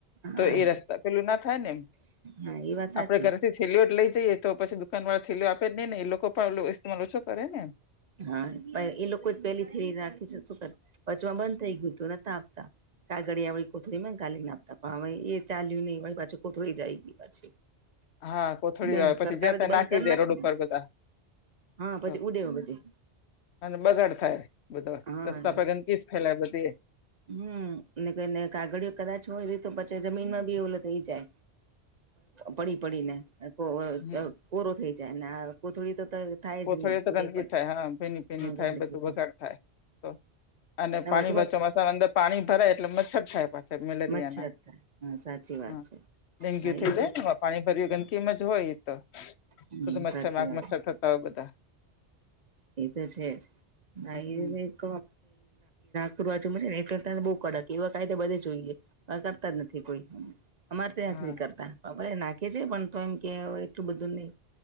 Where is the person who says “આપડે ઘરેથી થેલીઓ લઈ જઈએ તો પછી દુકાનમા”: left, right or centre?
Left